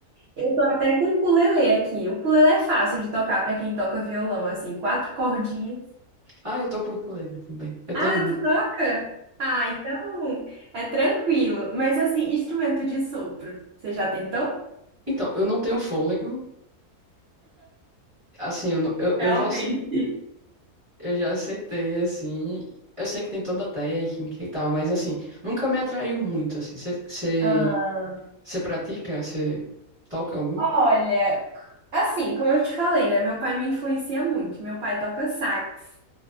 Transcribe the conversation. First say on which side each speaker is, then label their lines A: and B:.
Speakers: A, on the right (about 60°); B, on the right (about 25°).
A: Eu tô até com o ukulele aqui. O ukulele é fácil de tocar pra quem toca violão, assim, quatro cordinhas.
B: Ah, eu toco ukulele também. Eu
A: Ah,
B: tenho.
A: tu
B: um.
A: toca? Ah, então é tranquilo. Mas assim, instrumento de sopro, você já tentou?
B: Então, eu não tenho fôlego, Assim, eu, não- eu,
A: Realmente.
B: eu já aceitei, eu já aceitei, assim. Eu sei que tem toda a técnica e tal, mas assim, nunca me atraiu muito, assim. Você
A: Ah,
B: pratica? Você toca algum?
A: olha, assim, como eu te falei, né? Meu pai me influencia muito. Meu pai toca sax.